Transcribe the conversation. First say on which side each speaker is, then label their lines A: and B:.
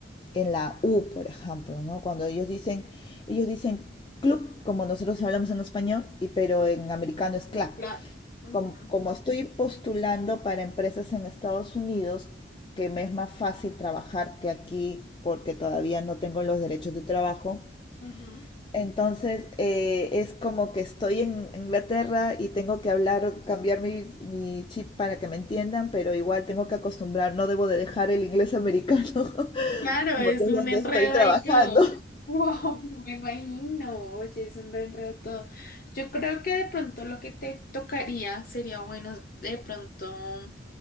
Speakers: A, on the left; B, on the left.
A: en la U, por ejemplo, ¿no? Cuando ellos dicen, ellos dicen club, como nosotros hablamos en español, y, pero en americano es clap
B: claro. Ujú,
A: como, como estoy postulando para empresas en Estados Unidos, que me es más fácil trabajar que aquí porque todavía no tengo los derechos de trabajo.
B: ujú.
A: Entonces eh, es como que estoy en Inglaterra y tengo que hablar, cambiar mi, mi chip para que me entiendan, pero igual tengo que acostumbrar, no debo de dejar el inglés americano <laughs>
B: Claro,
A: porque
B: es
A: es
B: un
A: donde
B: enredo
A: estoy trabajando.
B: ahí todo. Wow, <laughs> me imagino, oye, es un enredo todo. Yo creo que de pronto lo que te tocaría sería bueno, de pronto.